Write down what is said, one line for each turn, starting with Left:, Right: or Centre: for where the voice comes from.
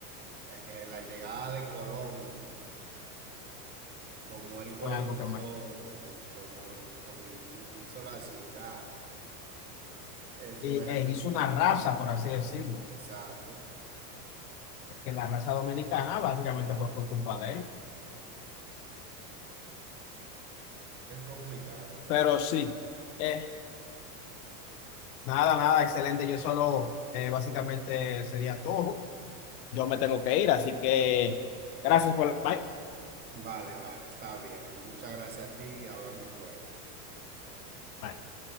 Right: eh, eh, la llegada de Colón, como él colonizó,
Left: Fue algo que me-
Right: o como es- convir- hi- hizo la ciudad, eso
Left: y,
Right: es algo
Left: eh, hizo una
Right: muy
Left: raza,
Right: interesante.
Left: por así decirlo,
Right: Exacto,
Left: porque la raza dominicana básicamente fue por culpa de él.
Right: es complicado realmente.
Left: Pero sí, eh, nada, nada, excelente. Yo solo eh, básicamente sería todo. Yo me tengo que ir, así que gracias por el bye.
Right: Vale, vale, está bien. Muchas gracias a ti, hablamos luego.
Left: Bye.